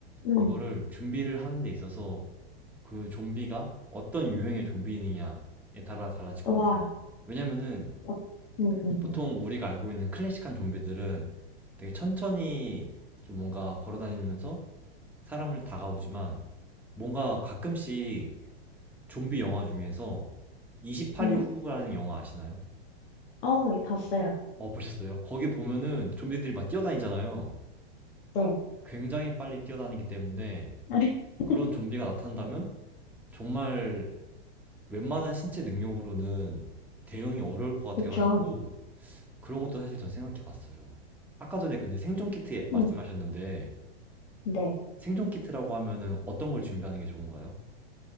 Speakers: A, on the left (about 60°); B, in the centre.
A: 응..
B: 이거를 준비를 하는 데 있어서 그 좀비가 어떤 유형의 좀비느냐에 따라 달라질 것
A: 와,
B: 같아요. 왜냐면은
A: 어, 응응
B: 보통
A: 음,
B: 우리가 알고 있는 클래식한 좀비들은 되게 천천히 좀 뭔가 걸어다니면서 사람을 다가오지만 뭔가 가끔씩 좀비 영화 중에서 28일
A: 음,
B: 후라는 영화 아시나요?
A: 어, 예, 봤어요.
B: 어, 보셨어요? 거기 보면은 좀비들이 막 뛰어다니잖아요.
A: 네.
B: 굉장히 빨리 뛰어다니기 때문에
A: <laughs>
B: 그런 좀비가 나타난다면 정말 웬만한 신체 능력으로는 대응이 어려울 것 같아가지고
A: 그쵸.
B: 그런 것도 사실 전 생각해 봤어요. 아까 전에 근데 생존 키트 말씀하셨는데
A: 음, 네.
B: 생존 키트라고 하면은 어떤 걸 준비하는 게 좋은가요?